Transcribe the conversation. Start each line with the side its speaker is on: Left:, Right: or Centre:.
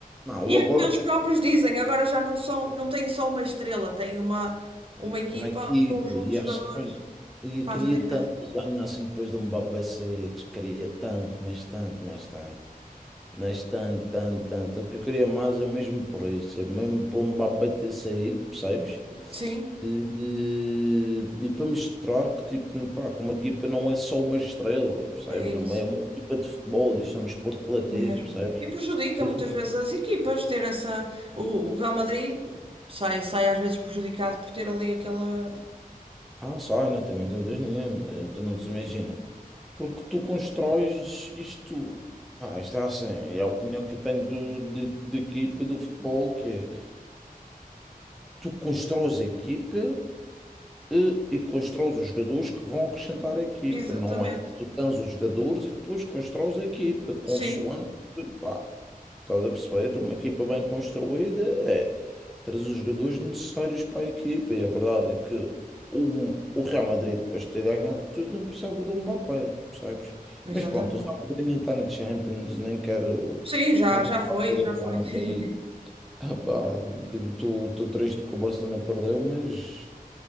Centre: Não,
Right: E
Centre: o
Right: é
Centre: agora
Right: como eles próprios dizem, agora já não são, não têm só uma estrela, têm uma, uma equipa,
Centre: uma equipa
Right: um conjunto
Centre: e
Right: de
Centre: acho
Right: jogadores
Centre: que bem, e
Right: que faz
Centre: queria
Right: a diferença.
Centre: tanto que eles ganhassem depois do Mbappé sair. Queria tanto, mas tanto, mas tanto. Mas tanto, tanto, tanto. O que eu queria mais é mesmo por isso. É mesmo pelo Mbappé ter saído, percebes?
Right: Sim,
Centre: E, e e para mostrar que, tipo, pá, que uma equipa não é só uma estrela, percebes?
Right: é
Centre: Uma,
Right: isso
Centre: é uma equipa de futebol, isto é um desporto coletivo,
Right: mesmo.
Centre: percebes?
Right: E prejudica
Centre: Deixa-
Right: muitas vezes as equipas ter essa. O, o Real Madrid sai, sai às vezes prejudicado por ter ali aquela.
Centre: Ah, sai, não tenho dúvidas nenhuma, então não se imagina. Porque tu constróis isto, pá, isto é assim, é a opinião que eu tenho do, de, de equipa do futebol, que é, tu constróis a equipa e, e constróis os jogadores que vão acrescentar a equipa,
Right: Exatamente.
Centre: não é? Tu tens os jogadores e depois constróis a equipa, consoante,
Right: Sim,
Centre: pá. Estás a perceber? Uma equipa bem construída é trazer os jogadores necessários para a equipa. E a verdade é que o, o Real Madrid, depois de ter ganhado tudo, não precisava de um Mbappé, percebes?
Right: exatamente.
Centre: Mas pronto, o Real Madrid nem está na Champions, nem quero
Right: Sim, já,
Centre: muito
Right: já foi,
Centre: falar do
Right: já foi.
Centre: Real Madrid.
Right: <laughs>
Centre: Ah pá, tipo, estou triste que o Barcelona perdeu, mas